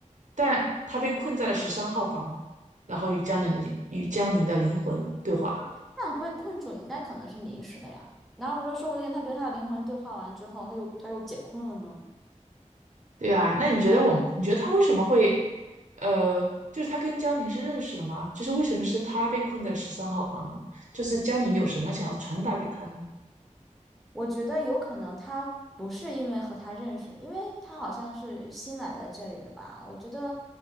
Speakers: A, on the right (about 70°); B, in the centre.
A: 但他被困在了十三号房哦，然后与江宁的与江宁的灵魂对话。
B: 那样被困住应该可能是临时的呀，然后又说不定他跟他的灵魂对话完之后，他又他又解困了呢。
A: 对啊，那你觉得我，你觉得他为什么会，呃，就是他跟江宁是认识了吗？就是为什么是他被困在十三号房呢？就是江宁有什么想要传达给他呢？
B: 我觉得有可能他不是因为和他认识，因为他好像是新来在这里的吧。我觉得，